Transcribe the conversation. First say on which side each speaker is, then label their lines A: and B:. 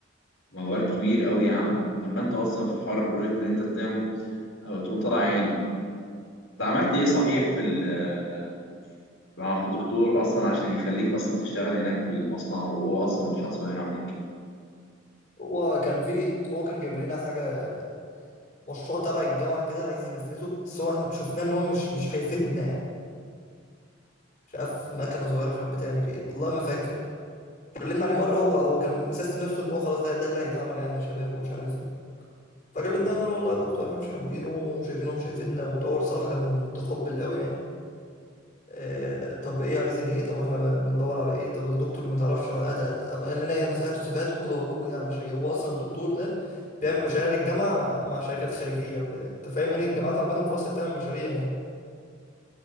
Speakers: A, on the left; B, on the left.
A: موال كبير قوي يا عم اما انت اصلا في حوار البروجكت اللي انت بتعمله او تقول طلع عينك انت عملت ايه صحيح في ال- آه، مع الدكتور اصلا عشان يخليك اصلا تشتغل هناك في المصنع وهو اصلا مش حاطط عينه عليك
B: هو كان في هو كان جايب لنا حاجة مشروع تبع الجامعة كده عايز ينفذه بس هو شفناه إن هو مش مش هيفيدنا يعني مش عارف مكنة صغيرة مش عارف بتعمل إيه والله ما فاكر كلمنا عليه مرة هو هو كان مسستم نفسه إن هو خلاص ده ده اللي هيتعمل يعني يا شباب ومش عارف إيه فكلمناه قلنا له والله يا دكتور إحنا مش حابينه وشايفينه مش هيفيدنا وبتاع هو الصراحة كان متقبل قوي يعني آه طب إيه عايزين إيه طب إحنا بندور على إيه طب الدكتور ما تعرفش هات- هات- قال لنا إيه مثلا هاتوا سيفاتكم ودور لكم إيه على مشاريع هو أصلا الدكتور ده بيعمل مشاريع للجامعة مع, مع شركات خارجية وكده أنت فاهم يعني الجامعات عامة في مصر بتعمل مشاريع يعني